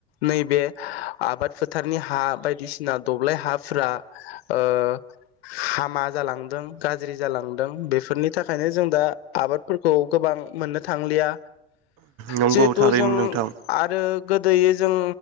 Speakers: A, on the left; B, on the right.
A: नैबे आबाद फोथारनि हा बाय । दिसिना दब्लाय हाफोरा ओ- हामा जालांदों गाज्रि जालांदों बेफोरनि थाखायनो जों दा आबादफोरखौ गोबां मोननो थांलिया।
B: नंगौ
A: जिहेथु
B: थारैनो
A: जों
B: नोंथां
A: आरो गोदोयै जों